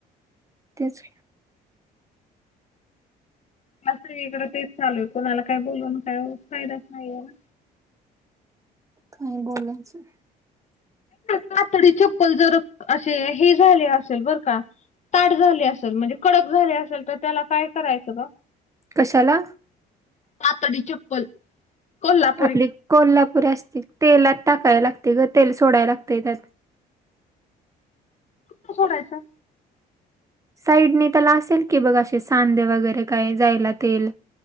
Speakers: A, on the right; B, on the left.
A: तेच.
B: असं सगळीकडं तेच चालू आहे कोणाला काय बोलून काय फायदाच नाहीयाय ना?
A: काही बोलायचं.
B: कातडी चप्पल जर असे हे झाले असेल बर का? ताट झाले असेल म्हणजे कडक झाले असेल तर त्याला काय करायचं ग?
A: कशाला?
B: कातडी चप्पल. कोल्हापुरी
A: आपली कोल्हापुरी असते तेलात टाकाय लागतय ग तेल सोडायला लागतय त्यात.
B: कुठ सोडायचं?
A: साईडने त्याला असेल की बघ अशे सांधे वगैरे काय जायला तेल.